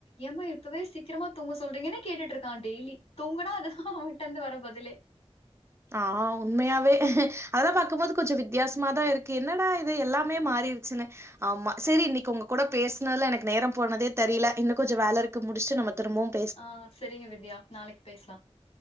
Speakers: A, on the left (about 65°); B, on the right (about 25°).
A: ஏமா இப்பவே சீக் கிரமா தூங்க சொல்றீங்கன்னு கேட்டுட்ருக்கா டெய்லி தூங்கனா அதுதா அவன்ட்ட இருந்து வர பதிலே
B: ஆ உண்மையாவே அதெல்லா பாக்கும்போது கொஞ்ச வித்தியாசமாதா இருக்கு என்னடா இது எல்லாமே மாறிடுச்சுன்னு ஆமா செரி இன்னைக்கு உங்க கூட பேசனல்ல எனக்கு நேரம் போனதே தெரியல இன்னு கொஞ்ச வேல இருக்கு முடிச்சிட்டு நம்ப திரும்பவும்
A: ஆ செரிங்க வித்யா நாளைக்கு பேசலாம்